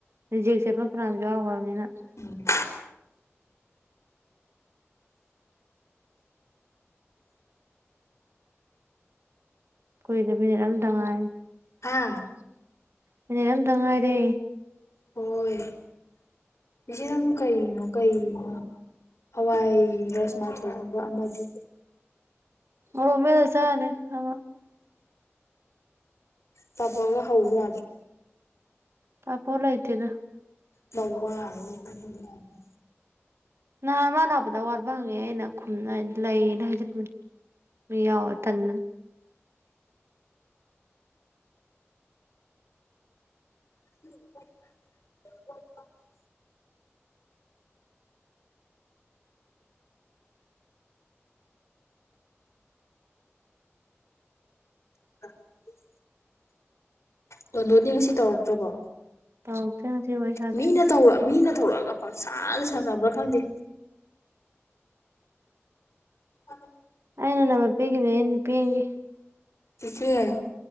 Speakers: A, on the right; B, on the left.
A: ꯖꯦꯛꯁꯦ ꯐ ꯐ꯭ꯔꯥꯝꯁꯨ ꯌꯥꯎꯈ꯭ꯔꯕꯅꯤꯅ <inaudible>
B: ꯎꯝ
A: ꯀꯨꯏꯗꯦ ꯃꯤꯅꯠ ꯑꯃꯇꯪ ꯉꯥꯏꯔꯦ
B: ꯍꯥꯥ
A: ꯃꯤꯅꯠ ꯑꯃꯇꯪ ꯉꯥꯏꯔꯦ
B: ꯍꯣꯏ ꯏꯆꯦ ꯅꯪ ꯀꯩꯅꯣ ꯀꯩꯅ ꯍꯋꯥꯏ ꯔꯥꯖꯃꯥ ꯊꯣꯡꯕ ꯑꯃꯗꯤ
A: ꯑꯣ ꯃꯦꯂ ꯆꯅꯤꯦ ꯑ <inaudible>
B: ꯄꯥꯐꯣꯔꯒ ꯍꯧ ꯌꯥꯗ꯭ꯔꯣ
A: ꯄꯥꯐꯣꯔ ꯂꯩꯇꯦꯗ
B: ꯃ <inaudible>
A: ꯅꯍꯥꯟ ꯃꯥ ꯂꯥꯛꯄꯗ ꯑꯋꯥꯠꯄ ꯍꯪꯉꯦ ꯑꯩꯅ ꯈꯨꯝꯅꯅ ꯂꯩꯅ ꯍꯥꯏꯖꯟꯕꯅꯦ <inaudible> ꯃꯤ ꯌꯥꯋꯥ ꯇꯟꯅ <inaudible>
B: ꯎꯝ <inaudible> <inaudible> ꯇꯣꯟꯗꯣꯟꯗꯤ ꯉꯁꯤ ꯇꯧꯔꯛꯇ꯭ꯔꯕꯣ
A: ꯇꯧꯔꯛꯇ꯭ꯔꯦ ꯉꯁꯤ ꯋꯥꯔꯤ ꯁꯥꯗ꯭ꯔꯤ
B: ꯃꯤꯅ ꯇꯧꯔ ꯃꯤꯅ ꯇꯧꯔꯛꯑꯒ ꯄꯪꯁꯥꯟꯗ ꯁꯥꯟꯅꯕ꯭ꯔ ꯈꯪꯗꯦ ꯑ
A: ꯑꯩꯅ ꯅꯃ ꯄꯤꯒꯤꯅꯦ ꯑꯩꯅ ꯄꯦꯟꯒꯤ
B: ꯆꯁꯔꯤ